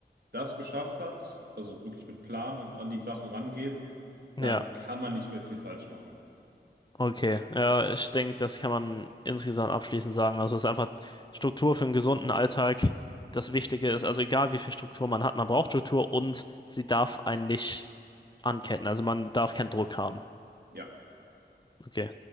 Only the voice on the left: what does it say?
ja,
okay. Ja, ich denke, das kann man insgesamt abschließend sagen. Also es ist einfach Struktur für einen gesunden Alltag. Das Wichtige ist, also egal wie viel Struktur man hat, man braucht Struktur und sie darf einen nicht anketten. Also man darf keinen Druck haben.
Okay.